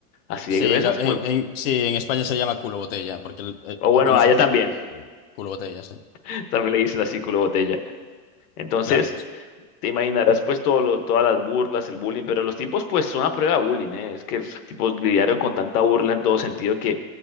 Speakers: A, on the left; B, on the left.
A: así
B: Sí,
A: de gruesas,
B: lo- en,
A: como el-
B: en- sí, en España se llama culo botella, porque el- eh,
A: o bueno,
B: ah, bueno, nosotros
A: allá también,
B: eh, culo botella, sí.
A: <laughs> también le dicen así culo de botella. Entonces...
B: Claro. sí.
A: Te imaginarás pues todo lo- todas las burlas, el bullying, pero los tipos pues son a prueba de bullying, ¿eh? Es que los tipos lidiaron con tanta burla en todo sentido que